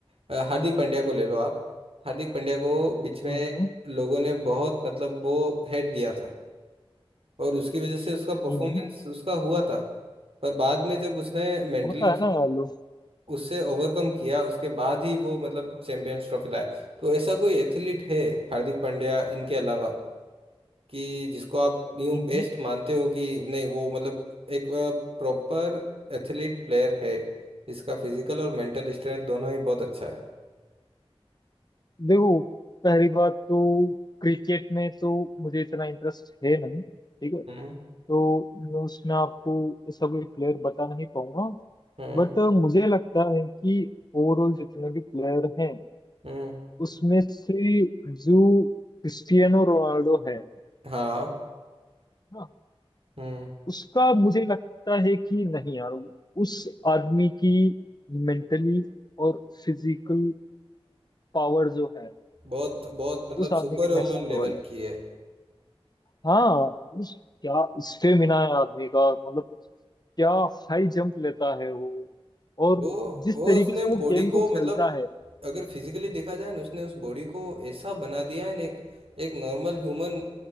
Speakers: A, on the right; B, on the left.
A: अ, हार्दिक पांड्या को ले लो आप हार्दिक पांड्या को बीच में
B: हम्म
A: लोगों ने बहुत मतलब वो हेट दिया था और उसकी वजह से उसका परफॉर्मेंस
B: हम्म
A: उसका हुआ था पर बाद में जब उसने मेंटली
B: होता
A: उस,
B: है ना यार लोग
A: उससे ओवरकम किया उसके बाद ही वो मतलब चैंपियंस ट्रॉफी लाया तो ऐसा कोई एथलीट है हार्दिक पांड्या इनके अलावा कि जिसको आप यूं
B: हम्म
A: बेस्ट मानते हो कि नहीं वो मतलब एक प्रॉपर एथलीट प्लेयर है जिसका फिजिकल और मेंटल स्ट्रेंथ दोनों ही बहुत अच्छा है
B: देखो पहली बात तो क्रिकेट में तो मुझे इतना इंटरेस्ट है नहीं ठीक है
A: हम्म
B: तो मैं उसमें आपको ऐसा कोई प्लेयर बता नहीं पाऊंगा
A: हम्म
B: बट मुझे लगता है कि ओवरऑल जितने भी प्लेयर हैं
A: हम्म
B: उसमें से जो क्रिस्टियानो रोनाल्डो है
A: हाँ
B: ना
A: हम्म
B: उसका मुझे लगता है कि नहीं यार उस आदमी की मेंटली और फिजिकल पावर जो है
A: बहुत बहुत मतलब
B: उस आदमी
A: सुपर
B: की
A: वुमेन
B: नेक्स्ट लेवल
A: लेवल
B: है
A: की है
B: हाँ उस क्या स्टेमिना है आदमी का मतलब क्या हाई जंप लेता है वो और
A: वो
B: जिस
A: वो
B: तरीके
A: उसने
B: से वो
A: बॉडी
B: गेम को
A: को मतलब
B: खेलता है
A: अगर फिजिकली देखा जाए ना उसने उस बॉडी को ऐसा बना दिया है ना एक एक नॉर्मल ह्यूमन